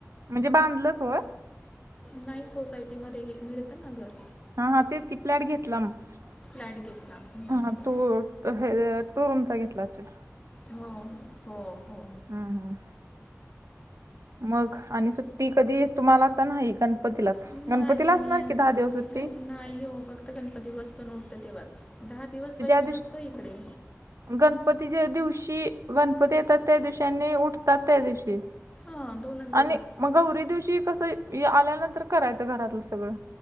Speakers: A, on the right (about 65°); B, on the left (about 20°).
A: म्हणजे बांधलंच होय.
B: नाही, सोसायटी मध्ये हे मिळत ना घर.
A: हा हा, तेच कि प्लॅट घेतला मग
B: फ्लॅट घेतला हम्म.
A: हा तो त हे टू रूमचा घेतला असचील.
B: हो हो हो.
A: हम, मग आणि सुट्टी कधी तुम्हाला आता नाही का? गणपतीलाच
B: नाही
A: गणपती ला असणार
B: आता
A: की, दहा दिवस सुट्टी.
B: गण नाही हो, फक्त गणपती बसतो न उठतो तेव्हाच दहा दिवस वगैरे
A: दिवशी
B: नसतो इकडे.
A: गणपती ज्या दिवशी गणपती येतात, त्या दिवशी आणि उठतात त्या दिवशी.
B: हां दोनच दिवस
A: आणि मग गौरी दिवशी कसं आल्यानंतर करायचं घरातलं सगळं.